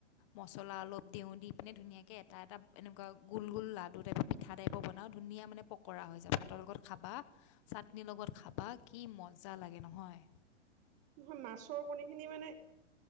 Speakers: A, on the left (about 25°); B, on the right (about 20°).
A: মছলা অলপ দিওঁ। দি পিনে ধুনীয়াকে এটা এটা এনেকুৱা গোল গোল লাডু টাইপট পি পিঠা টাইপ বনাওঁ। ধুনীয়া মানে পকৰা হৈ যায়। ভাতৰ লগত খাবা চাটনি লগত খাবা, কি মজা লাগে নহয়।
B: নহয়, মাছৰ কণী খিনি মানে